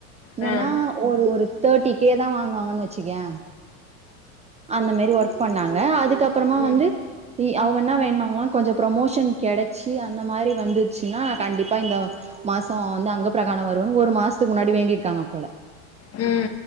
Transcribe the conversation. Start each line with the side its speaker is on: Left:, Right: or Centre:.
Right: என்னனா
Left: ஆ ஆ ம்
Right: ஒரு ஒரு தேட்டி கே தா வாங்குவாங்கன்னு வச்சிக்கேயே அந்த மேரி ஒர்க் பண்ணாங்க அதுக்கப்புறமா
Left: ம்
Right: வந்து
Left: ம்
Right: தி அவங்க என்ன வேண்ட்னாங்களா கொஞ்சொ ப்ரமோஷன் கெடச்சி அந்த மாரி வந்துச்சுன்னா கண்டிப்பா இந்த மாசோ வந்து அங்க பிரகாணம் வருவன்னு ஒரு மாஸ்த்க்கு முன்னாடி வேண்டியிருக்காங்க போல
Left: ம்